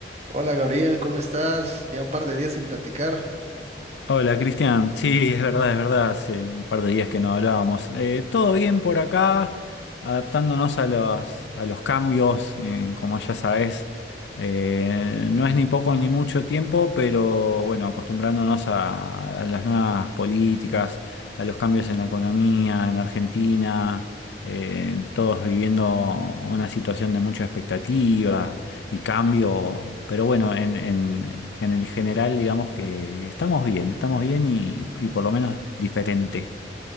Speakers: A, on the right; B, on the left.
A: Hola Gabriel, ¿cómo estás? Ya un par de días sin platicar.
B: Hola Cristian, sí, es verdad, es verdad, hace un par de días que no hablábamos. Eh, todo bien por acá, adaptándonos a los, a los cambios, eh, como ya sabes, eh, no es ni poco ni mucho tiempo, pero bueno, acostumbrándonos a, a las nuevas políticas, a los cambios en la economía, en Argentina, eh, todos viviendo una situación de mucha expectativa y cambio, pero bueno, en, en- en el general digamos que estamos bien, estamos bien y, y por lo menos diferente.